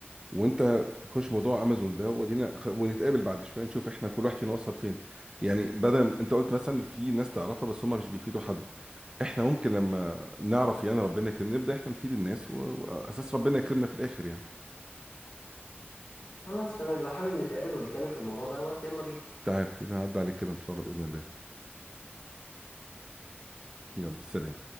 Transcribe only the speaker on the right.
وانت خش موضوع امازون ده ودينا خ- ونتقابل بعد شويه نشوف احنا كل واحد فينا وصل فين يعني بدل انت قلت مثلا في ناس تعرفها بس هم مش بيفيدوا حد احنا ممكن لما نعرف يعني ربنا يكرمنا نبدا احنا نفيد الناس و... واساس ربنا يكرمنا في الاخر يعني
تعال يبقى هعدي عليك كده ان شاء الله باذن الله يلا سلام